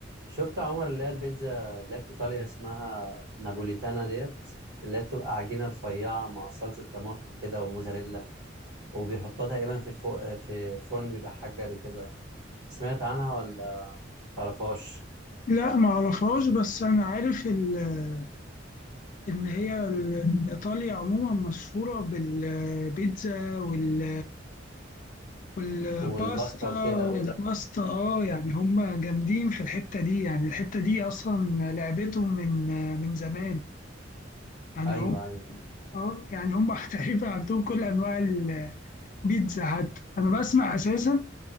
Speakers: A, on the right; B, on the left.
A: شفت يا عمر اللي هي البيتزا اللي هي في ايطاليا اسمها نابوليتانا ديت اللي هي بتبقى عجينه رفيعه مع صلصه طماطم كده وموزاريلا وبيحطوها تقريبا في فوق في فرن بيبقى حجري كده سمعت عنها ولا تعرفهاش
B: لا ما اعرفهاش بس انا عارف ال- ان هي ال- إن ايطاليا عموما مشهوره بالبيتزا وال والباستا
A: والباستا وكده
B: والباستا اه يعني هم جامدين في الحته دي يعني الحته دي اصلا لعبتهم من من زمان يعني
A: ايوه
B: هم
A: ايوه
B: اه يعني هم <laughs> تقريبا عندهم كل انواع البيتزا حتى انا بسمع اساسا